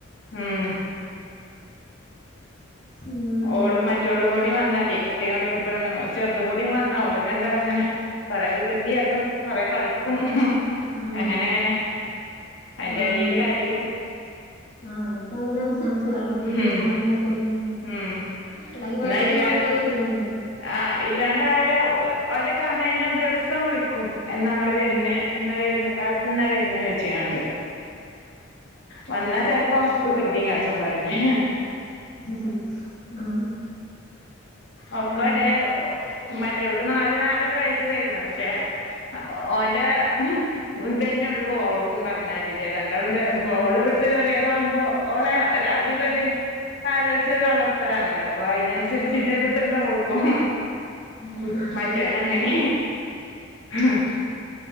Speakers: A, on the left; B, on the left.
A: ഉം
B: ഉം
A: ഓളും മറ്റോളും കൂടി വന്നാലേ കുട്ടി ഒന്നും പെണ്ണ് ചെറുതും കൂടി വന്നാ ഓല് രണ്ടാളും അങ്ങനെ കുറെ വികൃതിയാട്ടും കുറെ കളി ക്കും
B: ഉം
A: അങ്ങനെ അങ്ങനെ അയിന്റെ
B: ആഹ്
A: എടേല് കരയും
B: ആഹ് അവക്ക അങ്ങനെ <unintelligible>
A: ഉം ഉം
B: എടക്ക്
A: എന്നാ
B: പരാതിയും
A: ഇല്ല
B: കൊണ്ട് വെരേയും ചെയ്യാരിക്കും
A: ആഹ് ഇല്ലാണ്ടായ ഓലേ കാണാഞ്ഞാ ദിവസം വിളിക്കും എന്നാ ഇങ്ങള്‌ വെര്ണേ
B: ഉം
A: എന്നാ വര്ണേ താത്ത എന്നാ വരണ്ടേ ചോയ്ച്ചി കാണ്ട് വന്നാ ചെലപ്പോ വികൃതിയും കാട്ടും <unintelligible>
B: ഉം ഉം ആഹ്
A: ഒക്കെ
B: അങ്ങനെ
A: ഒരേ മറ്റവൾക്ക് നാല് നാലരാ വയസ്സായിക്ക്ണ് പക്ഷേ ഓന്റെ ഇത് അന്നെ ഒള്ളൂ ഓൾക്കും പറഞ്ഞാല് രണ്ടാളും ചെറി
B: ആഹ്
A: ഓള് ഇവട്ത്തെ ചെറിയേ താവുമ്പോ ഓളേ അധികം ഒര് താലൊലിച്ചല് ത്താണല്ലോ അപ്പൊ അയ്ന് അന്സരിച്ച്
B: ആഹ്
A: ഉള്ള
B: ആഹ്
A: ഒരിത് ഇണ്ടാവും ഓൾക്കും
B: ഉം
A: കു
B: അതങ്ങനെ
A: മറ്റോന്
B: തന്നെ
A: അങ്ങനെ ഉം